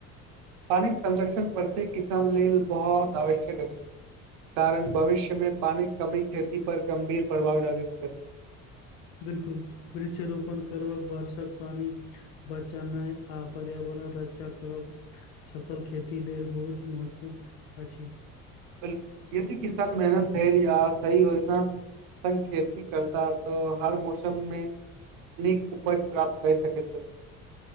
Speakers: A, on the right; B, on the left.
A: पानीक संरक्षण प्रत्येक किसान लेल बहुत आवश्यक अछि। कारण भविष्य में पानी क कमी खेती पर गंभीर प्रभाव डालि सकैत।
B: बिलकुल, वृक्षारोपण करव क बारिशक पानि बचेनाइ आ पर्यावरण रक्षा करब सफल खेती लेल बहुत महत्वपूर्ण अछि।
A: बिलकुल, यदि किसान मेहनत धैर्य या सही योजना सॅं खेती करता त हर मौसम मे नीक उपज प्राप्त कए सकैत छथि।